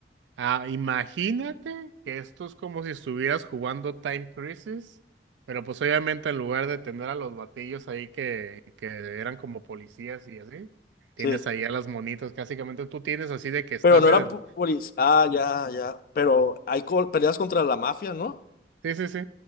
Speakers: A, on the right; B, on the left.
A: Ah, imagínate que esto es como si estuvieras jugando Time Crisis, pero pues obviamente en lugar de tener a los batillos ahí que, que eran como policías y así, tienes
B: Sí.
A: ahí a las monitas, que básicamente tú tienes así de que estás
B: Pero no
A: en
B: eran
A: el...
B: pu- puris. Ah, ya, ya. Pero hay col- peleas contra la mafia, ¿no?
A: Sí, sí, sí.